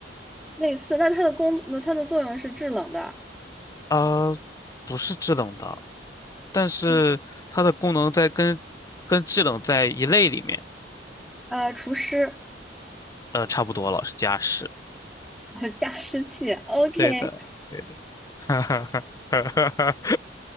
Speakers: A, in the centre; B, on the left (about 20°).
A: 类似。那它的工，那它的作用是制冷的。
B: 啊、不是制冷的，但是它的功能在跟跟制冷在一类里面，
A: 嗯，呃，除湿、
B: 呃，差不多了，是加湿。
A: <laughs> 加湿器。OK。
B: 对的，对的，<laughs> 哈哈哈哈哈！哈，